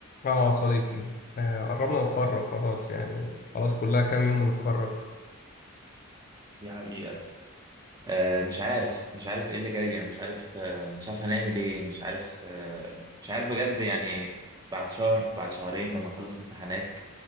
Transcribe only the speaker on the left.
اه صديقي آه قربنا نتخرج خلاص يعني خلاص كلها كام يوم ونتخرج